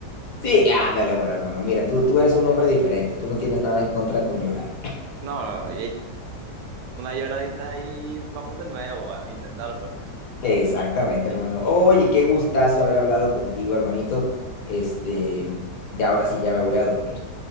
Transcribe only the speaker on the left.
Sí, ándale, bueno, hermano, mira, tú, tú eres un hombre diferente, tú no tienes nada en contra con llorar.
Exactamente, hermano. Oye, qué gustazo haber hablado contigo, hermanito. Este, ya ahora sí, ya me voy a dormir.